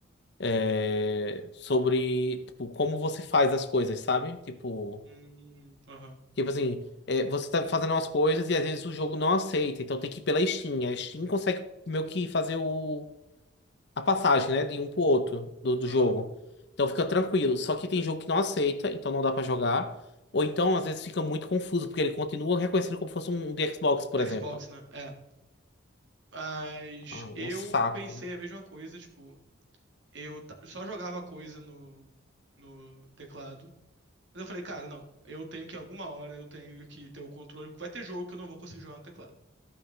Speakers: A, on the left; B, on the right.
A: é, sobre, tipo, como você faz as coisas, sabe? Tipo.
B: Hum, aham,
A: Tipo assim, é, você tá fazendo umas coisas e às vezes o jogo não aceita, então tem que ir pela Steam. A Steam consegue meio que fazer o, a passagem, né, de um pro outro do, do
B: aham.
A: jogo. Então fica tranquilo. Só que tem jogo que não aceita, então não dá pra jogar. Ou então às vezes fica muito confuso, porque ele continua reconhecendo como fosse um de Xbox, por
B: De
A: exemplo.
B: Xbox, né? É. Mas
A: Ah,
B: eu
A: é um saco.
B: pensei a mesma coisa, tipo, eu ta- só jogava coisa no, no teclado. Mas eu falei, cara, não, eu tenho que alguma hora eu tenho que ter o controle, porque vai ter jogo que eu não vou conseguir jogar no teclado.